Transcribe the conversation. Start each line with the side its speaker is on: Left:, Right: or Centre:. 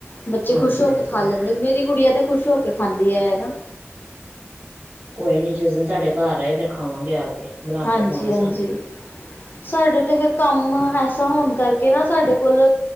Left: ਬੱਚੇ
Right: ਹਾਂਜੀ
Left: ਖੁਸ਼ ਹੋ
Right: ਹਾਂਜੀ
Left: ਕੇ ਖਾ ਲੈਂਦੇ ਮੇਰੀ ਗੁੜੀਆ ਤੇ ਖੁਸ਼ ਹੋ ਕੇ ਖਾਂਦੀ ਹੈ ਨਾ।
Right: ਕੋਈ ਨ੍ਹੀਂ ਜਿਸ ਦਿਨ ਤੁਹਾਡੇ ਘਰ ਆਏ ਫਿਰ ਖਾਵਾਂਗੇ ਆ ਕੇ। ਬਣਾ
Left: ਹਾਂਜੀ
Right: ਕੇ ਖਵਾਉਣਾ ਸਾਨੂੰ
Left: ਹਾਂਜੀ। ਸਾਡੇ ਤੇ ਫੇਰ ਕੰਮ ਐਸਾ ਹੋਣ ਕਰਕੇ ਨਾ ਸਾਡੇ ਕੋਲ